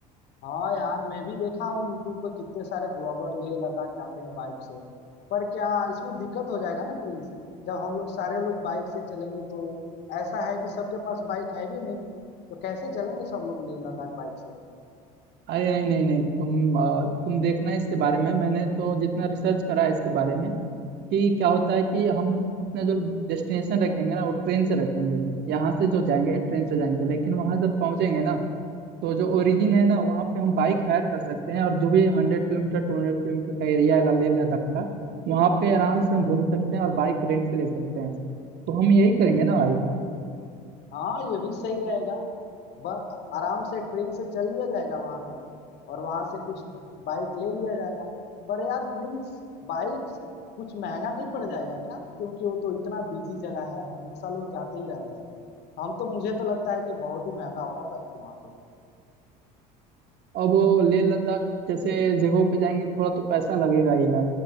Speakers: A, on the left (about 60°); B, on the right (about 60°).
A: हाँ यार मैं भी देखा हूँ यूट्यूब पर कितने सारे ब्लॉगर ले लद्दाख जाते हैं बाइक से पर क्या इसमें दिक्कत हो जाएगा ना प्रिंस जब हम लोग सारे लोग बाइक से चलेंगे तो ऐसा है कि सबके पास बाइक है भी नहीं तो कैसे चलेंगे सब लोग ले लद्दाख बाइक से
B: अरे नहीं नहीं नहीं तुम अ, तुम देखना इसके बारे में मैंने तो जितना रिसर्च करा है इसके बारे में कि क्या होता है कि हम अपना जो डेस्टिनेशन रखेंगे ना वो ट्रेन से रखेंगे यहाँ से जो जाएंगे ट्रेन से जाएंगे लेकिन वहां जब पहुंचेंगे ना तो जो ओरिजिन है ना वहाँ पे हम बाइक हायर कर सकते हैं और जो भी हंड्रेड किलोमीटर टू हंड्रेड किलोमीटर का एरिया है लेह लद्दाख का वहाँ पे आराम से हम घूम सकते हैं और बाइक रेंट पे ले सकते हैं तो हम यही करेंगे ना भाई
A: हाँ ये भी सही रहेगा ब- आराम से ट्रेन से चल लिया जाएगा वहां तक और वहां से कुछ बाइक ले लिया जाएगा पर यार प्रिंस बाइक कुछ महंगा नहीं पड़ जाएगा क्या क्योंकि वो तो इतना बिजी जगह है हमेशा लोग जाते ही रहते हैं हम तो मुझे तो लगता है कि बहुत ही महंगा होगा बाइक वहां पे
B: अब वो लेह लद्दाख जैसे जगहों पे जाएंगे थोड़ा तो पैसा लगेगा ही यार